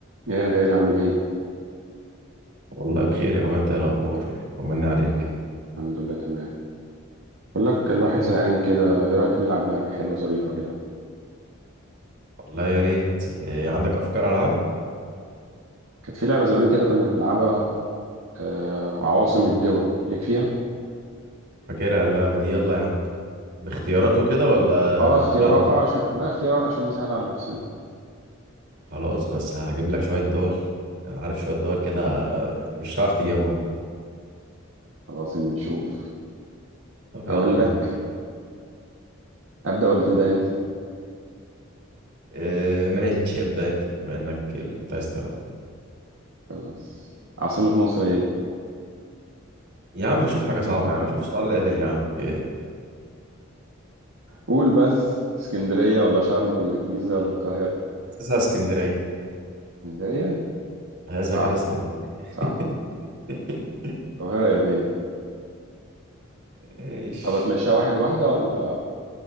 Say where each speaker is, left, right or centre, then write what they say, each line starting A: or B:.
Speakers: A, on the right; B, on the right.
A: يا غالي عامل ايه؟
B: والله بخير يا اخويا انت ايه الاخبار طمني
A: تمام
B: عليك
A: الحمد الحمد لله تمام بقول لك الواحد
B: والله
A: زهقان كده ايه رأيك نلعب لعبة حلوة ظريفة كده
B: والله يا ريت إيه عندك افكار العاب
A: كانت في لعبة زمان كده كنا بنلعبها آه عواصم الدول ليك فيها؟
B: فاكرها اللعبه دي يلا يا عم باختيارات وكده ولا
A: اه
B: هنقول
A: اختيارات
B: على طول
A: آه، عشان لا اختيارات عشان نسهل على نفسنا
B: خلاص بس هجيب لك شويه دول انا عارف شويه دول كده مش هتعرف تجيبهم
A: خلاص اما نشوف
B: طب
A: اقول
B: يلا بينا
A: لك ابدأ ولا تبدأ انت؟
B: إيه ماشي ابدا انت بما انك اللي كنت عايز تلعب
A: خلاص عاصمة مصر ايه؟
B: يا عم شوف حاجه صعبه
A: <laughs>
B: يا عم شوف سؤال عدل يا عم إيه
A: قول بس اسكندرية ولا شرم ولا الجيزة ولا القاهرة؟
B: اساسها اسكندريه
A: اسكندرية؟
B: اساسها
A: صح
B: كده اسكندريه
A: صح
B: <laughs>
A: القاهرة يا بيه
B: ايش
A: طب اتمشيها واحد واحدة ولا